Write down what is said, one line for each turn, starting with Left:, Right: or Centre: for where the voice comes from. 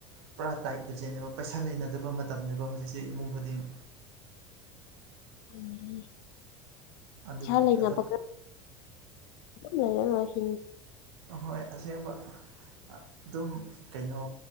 Right: ꯄꯨꯔꯥ ꯇꯥꯏꯠ ꯕꯖꯦꯠꯅꯦꯕ ꯄꯩꯁꯥ ꯂꯩꯅꯗꯕ ꯃꯇꯝꯅꯤꯅꯦꯕ ꯍꯧꯖꯤꯛꯁꯦ ꯏꯃꯨꯡ ꯈꯨꯗꯤꯡ
Left: ꯍꯣꯏꯅꯤ ꯍ ꯏꯁꯩꯥ
Right: ꯑꯗꯨꯒꯤ
Left: ꯂꯩꯅꯕ
Right: ꯑꯗꯨꯝ
Left: ꯈ ꯂꯩꯔꯔꯣꯏ
Right: ꯍꯣꯏ ꯑꯁꯦꯡꯕ ꯑꯗꯨꯝ ꯀꯩꯅꯣ